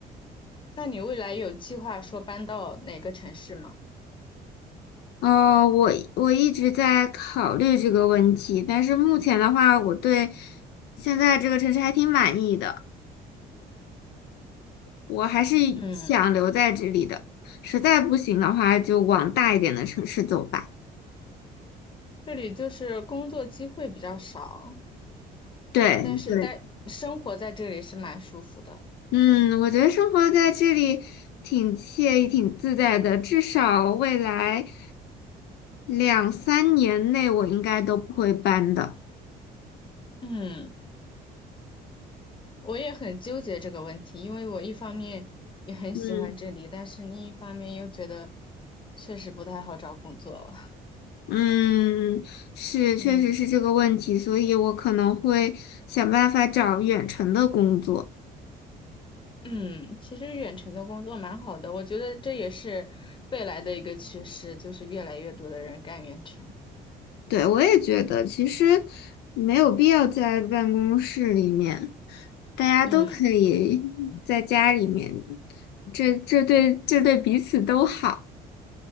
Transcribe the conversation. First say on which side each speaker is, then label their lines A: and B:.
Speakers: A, on the left; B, on the left.
A: 那你未来有计划说搬到哪个城市吗？
B: 哦，我我一直在考虑这个问题，但是目前的话，我对现在这个城市还挺满意的，我还是想留在这里的。
A: 嗯，
B: 实在不行的话，就往大一点的城市走吧。
A: 这里就是工作机会比较少，
B: 对，
A: 但是待生活在这里是蛮舒服的。
B: 对。嗯，我觉得生活在这里挺惬意、挺自在的，至少未来两三年内我应该都不会搬的。
A: 嗯，我也很纠结这个问题，因为我一方面也很喜欢这里，
B: 嗯
A: 但是另一方面又觉得确实不太好找工作了
B: 嗯，是，确实是这个问题，
A: 嗯
B: 所以我可能会想办法找远程的工作。
A: 嗯，其实远程的工作蛮好的，我觉得这也是未来的一个趋势，就是越来越多的人干远程。
B: 对，我也觉得其实没有必要在办公室里面，大家都可以在家里面，
A: 嗯，
B: 这这对这对彼此都好。